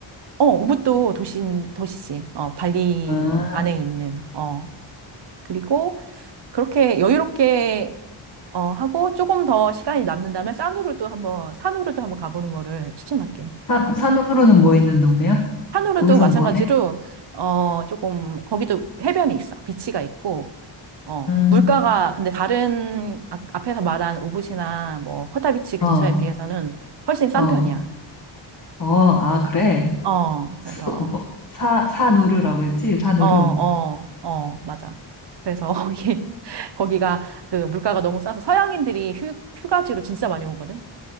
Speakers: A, on the right; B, on the left.
A: 어, 우붓도 도시, 도시지. 어, 발리
B: 아,
A: 안에 있는, 어. 그리고, 그렇게 여유롭게 어, 하고 조금 더 시간이 남는다면 산후로도 한번 산후로도 한번 가보는 거를 추천할게.
B: 산, 산으로는 뭐 있는 동네야?
A: 산후로도
B: 거기선
A: 마찬가지로
B: 뭐 해?
A: 어, 조금 거기도 해변이 있어. 비치가 있고 어,
B: 음,
A: 물가가 근데 다른 아- 앞에서 말한 우붓이나 뭐 코타비치 근처에
B: 어,
A: 비해서는 훨씬 싼
B: 어,
A: 편이야.
B: 어, 아, 그래.
A: 어,
B: 수,
A: 그래서
B: 뭐, 사, 사누르라고 했지? 사누르.
A: 어, 어, 어, 맞아. 그래서 <laughs> 거기 거기가 그 물가가 너무 싸서 서양인들이 휴, 휴가지로 진짜 많이 오거든.